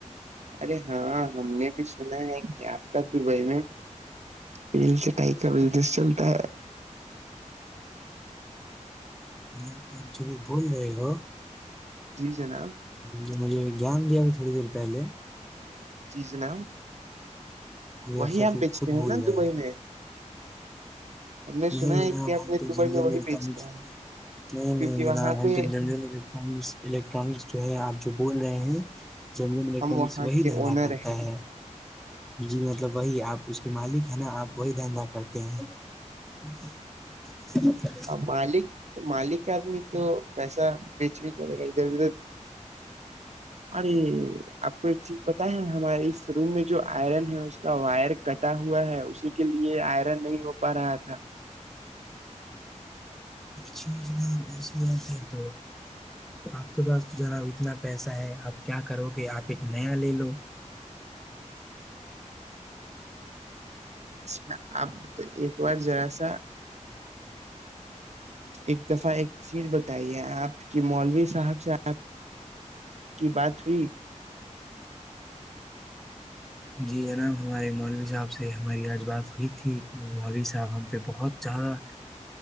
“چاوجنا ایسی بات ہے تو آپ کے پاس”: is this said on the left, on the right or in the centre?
Centre